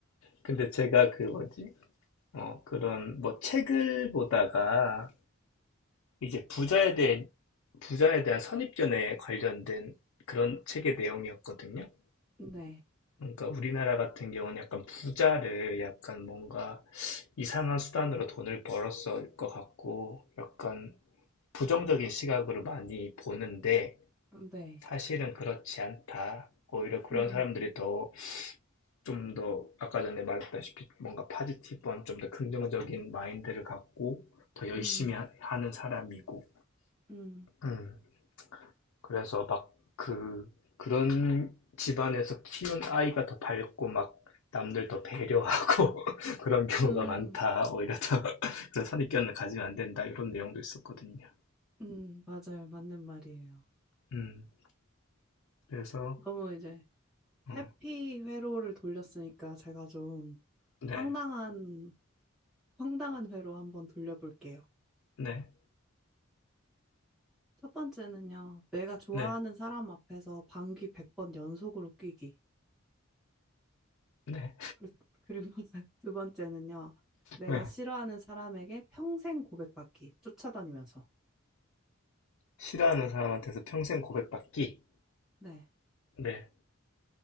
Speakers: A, on the left; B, in the centre.
A: 근데 제가 그 뭐지? 어, 그런 뭐 책을 보다가 이제 부자에 대해 부자에 대한 선입견에 관련된 그런 책의 내용이었거든요.
B: 네,
A: 그러니까 우리나라 같은 경우는 약간 부자를 약간 뭔가 이상한 수단으로 돈을 벌었을 것 같고 약간 부정적인 시각으로 많이 보는데
B: 네.
A: 사실은 그렇지 않다. 오히려 그런
B: 음,
A: 사람들이 더, 좀 더, 아까 전에 말했다시피 뭔가 파지티브한 좀 더 긍정적인 마인드를 갖고 더 열심히
B: 음,
A: 하- 하는 사람이고.
B: 음,
A: 음. 그래서 막 그, 그런 집안에서 키운 아이가 더 밝고 막 남들 더 배려하고 <laughs> 그런 경우가
B: 음,
A: 많다. 오히려 더 <laughs> 그런 선입견을 가지면 안 된다. 이런 내용도 있었거든요.
B: 음, 맞아요. 맞는 말이에요.
A: 음. 그래서,
B: 너무 이제
A: 어,
B: 해피 회로를 돌렸으니까 제가 좀
A: 네,
B: 황당한, 황당한 회로 한번 돌려볼게요.
A: 네,
B: 첫 번째는요, 내가 좋아하는
A: 네,
B: 사람 앞에서 방귀 100번 연속으로 뀌기.
A: 네.
B: 그- 그리고 <laughs> 두 번째는요. 내가
A: 네.
B: 싫어하는 사람에게 평생 고백받기, 쫓아다니면서.
A: 싫어하는 사람한테서 평생 고백받기?
B: 네.
A: 네.